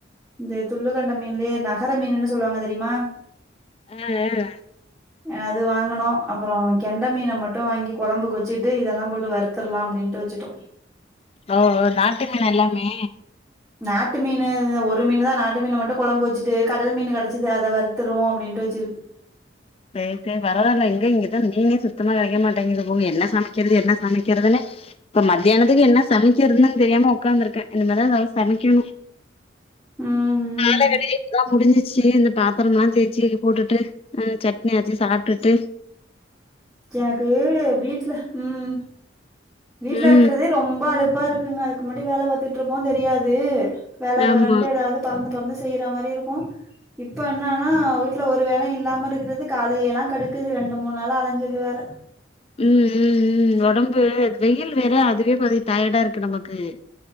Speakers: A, in the centre; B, on the left (about 30°).
A: இந்த துள்ளுகெண்ட மீன்லயே நகர மீனுன்னு சொல்வாங்க தெரியுமா
B: அ அ
A: அது வாங்குனோ அப்பறோ கெண்ட மீன மட்டு வாங்கி கொழம்புக்கு வச்சிகிட்டு இதெல்லாம் போட்டு வருத்தரலாம் அப்டின் டு வச்சிட்டோ
B: ஓ ஓ நாட்டு மீனா எல்லாமே
A: நாட்டு மீனு ஒரு மீன் தான் நாட்டு மீன மட்டு கொழம்பு வச்சிட்டு கடல் மீனு கெடச்சிது அத வறுத்துருவோ அப்டின்ட்டு ரோஜ் இருக்கு
B: சேரி சேரி பரவால்ல இங்க இங்கதா மீனே சுத்தமா கெடைக்க மாட்டேங்குது போங்க என்ன சமக்கறது என்ன சமக்கறதுன்னே இப்ப மத்தியானத்துக்கு என்ன சமக்கிறதுன்னு தெரியாம உக்காந்துருக்க இனிமேதா ஏதாவ்து சமைக்கணு
A: ம்
B: கால
A: ம்
B: வேலயே இப்பதா முடிஞ்சிச்சி இந்த பாத்திரம்ல்லா தேச்சி போட்டுட்டு அ சட்னியரச்சி சாப்டுட்டு
A: எனக்கு வீட்ல ம் வீட்ல
B: ம்
A: இருக்கறதே ரொம்ப அலுப் பா இருக்குங்க அதுக்கு முன்னாடி வேல பாத்துட்ருப்போ தெரியாது வேல
B: ஆமா
A: வேலன்ட்டு எதாவ்து பறந்து பறந்து செய்ற மாரி இருக்கூ இப்ப என்னான்னா வீட்ல ஒரு வேலயு இல்லாம இருக்குறது காலு கையெல்லா கடுக்குது ரெண்டு மூண் நாளா அலைஞ்சது வேற
B: ம் ம் ம் ஒடம்பு வெயில் வேற அதுவே பாதி டயர்டா இருக்கு நமக்கு